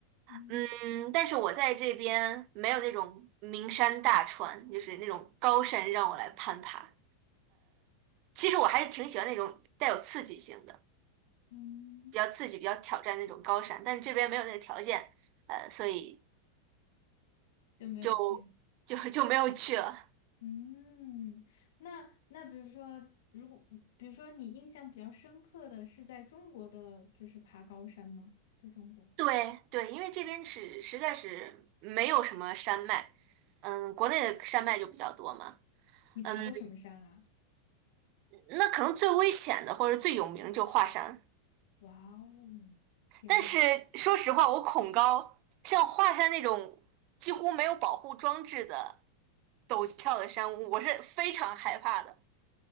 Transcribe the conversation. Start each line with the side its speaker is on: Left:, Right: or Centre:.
Left: 嗯。
Right: 嗯，但是我在这边没有那种名山大川，就是那种高山让我来攀爬。其实我还是挺喜欢那种带有刺激性的，
Left: 嗯，
Right: 比较刺激、比较挑战那种高山，但是这边没有那个条件，呃，所以
Left: 就没有去。
Right: 就就就没有去了。
Left: 嗯，那那比如说，如果比如说你印象比较深刻的是在中国的，就是爬高山吗？在中国，
Right: 对对，因为这边是实在是没有什么山脉，嗯，国内的山脉就比较多嘛，
Left: 你爬过什么山啊？
Right: 嗯，那可能最危险的或者最有名就华山，
Left: 哇哦，天呐！
Right: 但是说实话，我恐高，像华山那种几乎没有保护装置的陡峭的山屋我是非常害怕的，